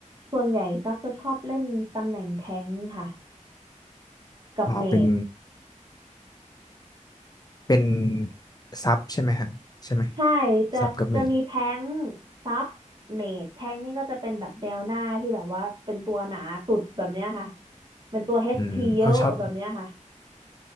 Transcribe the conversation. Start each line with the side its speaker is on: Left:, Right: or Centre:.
Right: ส่วนใหญ่ตั๊กจะชอบเล่นตำแหน่งแทงค์ค่ะกับเมจ
Left: อ๋อเป็นเป็นซับใช่ไหมฮะใช่ไหม
Right: ใช่จะจะมีแท้ง
Left: ซับกับเมจ
Right: ซับเมดแท้งนี่ก็จะเป็นแบบแนวหน้าที่แบบว่าเป็นตัวหนาสุดแบบเนี้ยค่ะเป็นตัว HP
Left: อืมเอาชอบ
Right: เยอะแบบเนี้ยค่ะ